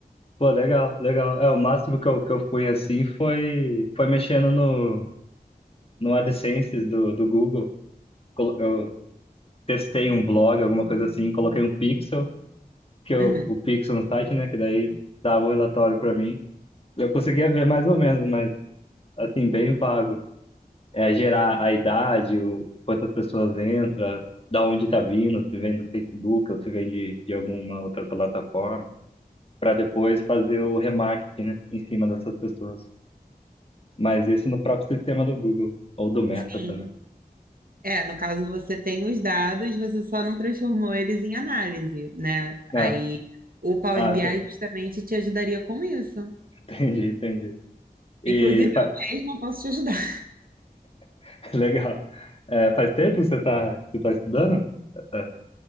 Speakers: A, on the left; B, on the right.
A: pô, legal, legal. É, o máximo que eu, que eu fui assim foi, foi mexendo no. no AdSense do, do Google, colo- eu testei um blog, alguma coisa assim, coloquei um pixel, que eu,
B: Uhum.
A: o pixel no site, né, que daí dava o relatório para mim. Eu conseguia ver mais ou menos, mas assim, bem vago. É gerar a idade, o, quantas pessoas entram, da onde tá vindo, se vem do Facebook ou se vem de, de alguma outra plataforma, para depois fazer o remarketing, né, em cima dessas pessoas. Mas isso no próprio sistema do Google, ou do Meta
B: Sim.
A: também.
B: É, no caso você tem os dados, você só não transformou eles em análise, né?
A: Ah,
B: Aí o Power
A: ah,
B: BI
A: te-
B: justamente te ajudaria com isso.
A: <laughs> entendi, entendi. E
B: Inclusive
A: fa-
B: eu mesma posso te ajudar. <laughs>
A: <laughs> legal. É, faz tempo que você está você tá estudando é,